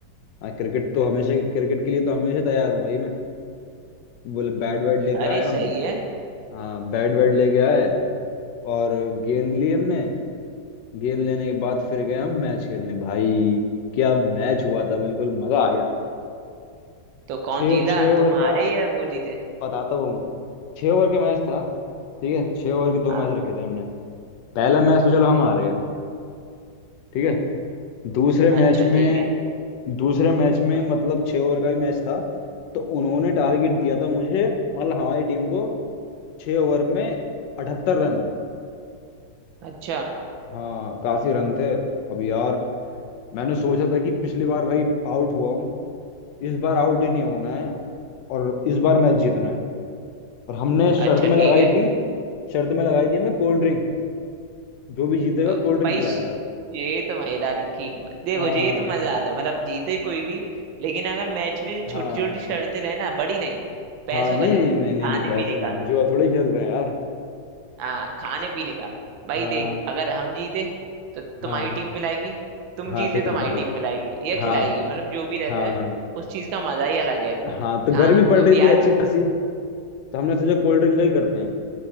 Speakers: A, on the left (about 75°); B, on the right (about 85°).
A: आज क्रिकेट तो हमेशा क्रिकेट के लिए तो हमेशा तैयार हूँ भाई मैं बोले बैट वैट लेके
B: अरे
A: आए
B: सही
A: हम
B: है
A: हाँ बैट वैट लेके आए और गेंद ली हमने गेंद लेने के बाद फिर गए हम मैच खेलने भाई क्या मैच हुआ था बिल्कुल मजा आ गया
B: तो कौन
A: छः
B: जीता
A: छः ओवर
B: तुम्हारे
A: का
B: या वो जीते
A: बताता हूँ छः ओवर का मैच था ठीक है छः ओवर के दो
B: हाँ
A: मैच रखे थे हमने पहला मैच तो चलो हम हार गए ठीक है दूसरे
B: अच्छा
A: मैच में
B: ठीक है
A: दूसरे मैच में मतलब छह ओवर का भी मैच था तो उन्होंने टारगेट दिया था मुझे मतलब हमारी टीम को छह ओवर में अठहत्तर रन
B: अच्छा
A: हाँ काफी रन थे अब यार मैंने सोचा था कि पिछली बार भाई आउट हुआ हूँ इस बार आउट ही नहीं होना है और इस बार मैच जीतना है और हमने शर्त
B: अच्छा ठीक
A: में लगाई
B: है
A: थी शर्त में लगाई थी हमने कोल्ड ड्रिंक जो भी जीतेगा
B: अ,
A: कोल्ड ड्रिंक
B: भाई
A: पिलाएगा
B: श- ये तो मजेदारी की देखो
A: हाँ
B: ये तो मजा आता है मतलब जीते कोई भी लेकिन अगर मैच में छोटी
A: हाँ
B: छोटी शर्तें रहे ना बड़ी नहीं पैसों
A: हाँ नहीं
B: का नहीं
A: नहीं नहीं नहीं
B: खाने
A: नहीं पैसे
B: पीने
A: नहीं
B: का
A: जुआ थोड़ी खेल रहे हैं यार
B: हाँ खाने पीने का भाई
A: हाँ
B: देख अगर हम जीते तो तुम्हारी
A: हाँ
B: टीम पिलाएगी तुम
A: हाँ
B: जीते
A: सही
B: तो हमारी
A: बात
B: टीम पिलाएगी
A: है
B: या
A: हाँ
B: खिलाएगी मतलब जो भी रहता
A: हाँ
B: है उस चीज का मजा ही अलग है
A: हाँ तो
B: खाने
A: गर्मी पड़
B: अब
A: रही
B: यार
A: थी अच्छी खासी तो हमने सोचा कोल्ड ड्रिंक का ही करते हैं